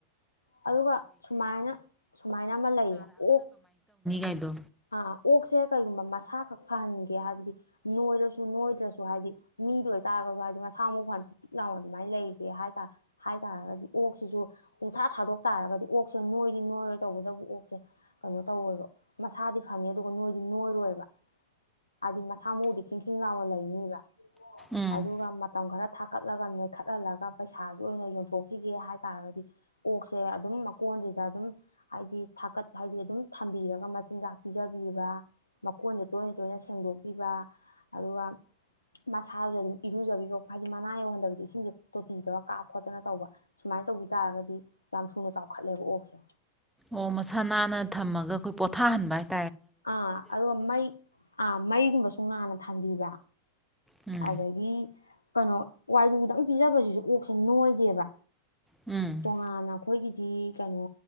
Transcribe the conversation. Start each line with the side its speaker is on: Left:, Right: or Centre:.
Left: ꯑꯗꯨꯒ ꯁꯨꯃꯥꯏꯅ ꯁꯨꯃꯥꯏꯅ ꯑꯃ ꯂꯩꯌꯦ ꯑꯣꯛ
Centre: ꯌꯥꯏꯗꯣ
Left: ꯑꯣꯛꯁꯦ ꯀꯩꯒꯨꯝꯕ ꯃꯁꯥ ꯈꯛ ꯐꯍꯟꯒꯦ ꯍꯥꯏꯕꯗꯤ ꯅꯣꯏꯔꯁꯨ ꯅꯣꯏꯗ꯭ꯔꯁꯨ ꯍꯥꯏꯗꯤ ꯃꯤꯗ ꯑꯣꯏꯇꯥꯥꯔꯒꯁꯨ ꯍꯥꯏꯗꯤ ꯃꯁꯥ ꯃꯎ ꯐ ꯇꯤꯛ ꯇꯤꯛ ꯂꯥꯎꯅ ꯑꯗꯨꯃꯥꯏꯅ ꯂꯩꯒꯦ ꯍꯥꯏ ꯇꯔꯦ ꯍꯥꯏ ꯇꯥꯔꯒꯗꯤ ꯑꯣꯛꯁꯤꯁꯨ ꯄꯨꯡꯊꯥ ꯊꯥꯗꯣꯛ ꯇꯥꯔꯒꯗꯤ ꯑꯣꯛꯁꯦ ꯅꯣꯏꯗꯤ ꯅꯣꯏꯔꯣꯏ ꯇꯧꯕꯇꯕꯨ ꯑꯣꯛꯁꯦ ꯀꯩꯅꯣ ꯇꯧꯔꯣꯏꯕ ꯃꯁꯥꯗꯤ ꯐꯪꯉꯦ ꯑꯗꯨꯒ ꯅꯣꯏꯗꯤ ꯅꯣꯏꯔꯣꯏꯕ ꯍꯥꯏꯗꯤ ꯃꯁꯥ ꯃꯎꯗꯤ ꯈꯤ ꯡ ꯂꯥꯎꯅ ꯂꯩꯅꯤꯕ
Centre: ꯎꯝ
Left: ꯑꯗꯨꯒ ꯃꯇꯝ ꯈꯔ ꯊꯥꯀꯠꯂꯒ ꯃꯦꯈꯠꯍꯜꯂꯒ ꯄꯩꯁꯥꯒꯤ ꯑꯣꯏꯅ ꯌꯣꯟꯊꯣꯛꯈꯤꯒꯦ ꯍꯥꯏꯇꯥꯥꯔꯒꯗꯤ ꯑꯣꯛꯁꯦ ꯑꯗꯨꯝ ꯃꯀꯣꯟꯁꯤꯗ ꯑꯗꯨꯝ ꯍꯥꯏꯗꯤ ꯊꯥꯀꯠ ꯍꯥꯏꯗꯤ ꯑꯗꯨꯝ ꯊꯝꯕꯤꯔꯒ ꯃꯆꯤꯟꯖꯥꯛ ꯄꯤꯖꯕꯤꯕ ꯃꯈꯣꯟꯁꯦ ꯇꯣꯏꯅ ꯇꯣꯏꯅ ꯁꯦꯡꯗꯣꯛꯄꯤꯕ ꯑꯗꯨꯒ ꯃꯁꯥꯁꯨ ꯑꯗꯨꯝ ꯏꯔꯨꯖꯕꯤꯕ ꯍꯥꯏꯗꯤ ꯃꯅꯥ ꯌꯧꯍꯟꯗꯕꯤꯗ ꯏꯁꯤꯡꯁꯦ ꯇꯣꯇꯤꯗꯔ ꯀꯥꯞ ꯈꯣꯠꯇꯅ ꯇꯧꯕ ꯁꯨꯃꯥꯏꯅ ꯇꯧꯕꯤ ꯇꯥꯔꯒꯗꯤ ꯌꯥꯝ ꯊꯨꯅ ꯆꯥꯎꯈꯠꯂꯦꯕ ꯑꯣꯛꯁꯦ
Centre: ꯑꯣ ꯃꯁꯥ ꯅꯥꯟꯅ ꯊꯝꯃꯒ ꯑꯩꯈꯣꯏ ꯄꯣꯊꯥꯍꯟꯕ ꯍꯥꯏꯦ
Left: ꯑ ꯑꯗꯨꯒ ꯃꯩ ꯑꯥ ꯃꯩꯒꯨꯝꯕꯁꯨ ꯉꯥꯟꯅ ꯊꯥꯟꯕꯤꯕ꯭
Centre: ꯎꯝ
Left: ꯑꯗꯒꯤ ꯀꯩꯅꯣ ꯋꯥꯏꯔꯨꯗꯪ ꯄꯤꯖꯕꯁꯤꯁꯨ ꯑꯣꯛꯁꯤ ꯅꯣꯏꯗꯦꯕ
Centre: ꯎꯝ
Left: ꯇꯣꯉꯥꯟꯅ ꯑꯩꯈꯣꯏꯒꯤ ꯀꯩꯅꯣ